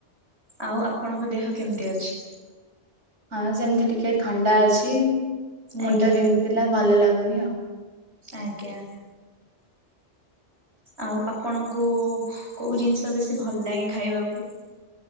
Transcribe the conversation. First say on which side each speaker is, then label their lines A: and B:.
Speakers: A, on the right (about 65°); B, on the right (about 85°).
A: ଆଉ ଆପଣଙ୍କ ଦେହ କେମିତି ଅଛି?
B: ହଁ, ସେମିତି ଟିକେ ଥଣ୍ଡା ଅଛି ମୁଣ୍ଡ
A: ଆଜ୍ଞା
B: ବିନ୍ଧିଥିଲା ଭଲ ଲାଗୁନି ଆଉ।
A: ଆଜ୍ଞା। ଆଉ ଆପଣଙ୍କୁ କୋଉ ଜିନିଷ ବେଶୀ ଭଲ ଲାଗେ ଖାଇବାକୁ।